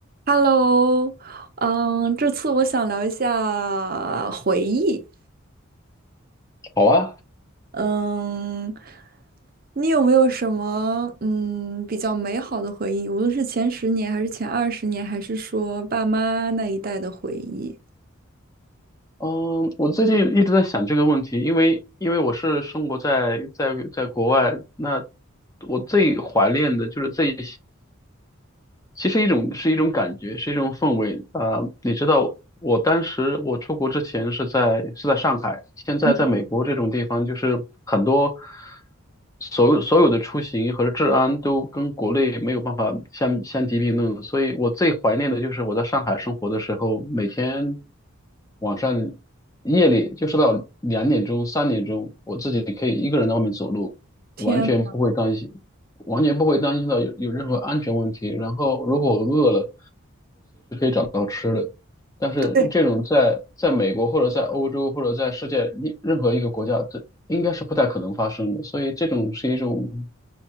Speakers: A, on the right; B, on the left.
A: Hello，嗯，这次我想聊一下回忆。
B: 好啊，
A: 嗯，你有没有什么嗯比较美好的回忆？无论是前十年，还是前二十年，还是说爸妈那一代的回忆？
B: 嗯，我最近一直在想这个问题，因为因为我是生活在在在国外，那我最怀念的就是最其实一种是一种感觉，是一种氛围啊、呃你知道，我当时我出国之前是在是在上海，现在在美国这种地方，
A: 嗯，
B: 就是很多所有所有的出行和治安都跟国内没有办法相相提并论。所以我最怀念的就是我在上海生活的时候，每天晚上夜里就是到两点钟、三点钟，我自己可以一个人在外面走路，
A: 天，
B: 完全不会担心，完全不会担心到有有任何安全问题。然后如果我饿了，找吃的。但是这种在在美国或者在欧洲或者在世界一任何一个国家，
A: 对，
B: 这应该是不太可能发生的。所以这种是一种，